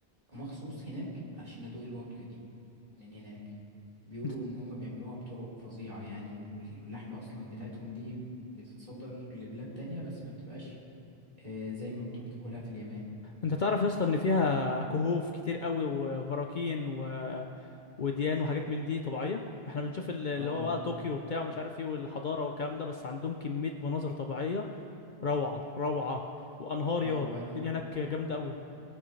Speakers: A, on the right (about 40°); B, on the left (about 55°).
A: مخصوص هناك علشان أدوق الواجيو دي من هناك بيقولوا
B: انت
A: إن هم بيعملوها بطرق فظيعة يعني واللحمة أصلا بتاعتهم دي بتتصدر لبلاد تانية بس ما بتبقاش آه زي ما بتروح تاكلها في اليابان
B: انت تعرف يا اسطى ان فيها كهوف كتير قوي وبراكين و... وديان وحاجات من دي طبيعيه احنا بنشوف ال- اللي
A: اه
B: هو بقى طوكيو وبتاع ومش عارف ايه والحضاره والكلام ده بس عندهم كميه مناظر طبيعيه روعه روعه وانهار
A: اه
B: يا
A: وبعدين
B: الدنيا هناك جامده قوي